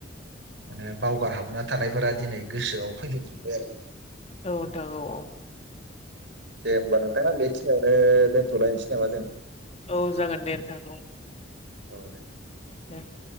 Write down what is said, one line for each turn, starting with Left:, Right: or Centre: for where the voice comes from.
Right: माने बावगार हाबना थानायफोरा दिनै गोसोआव फैफिनजोब्बाय आरो
Left: औ नोंथां औ औ
Right: दे होमबा नोंथा ना बेखिनियावनो दोनथ'लायनोसै नामा जों
Left: औ जागोन दे नोंथां औ
Right: औ दे
Left: दे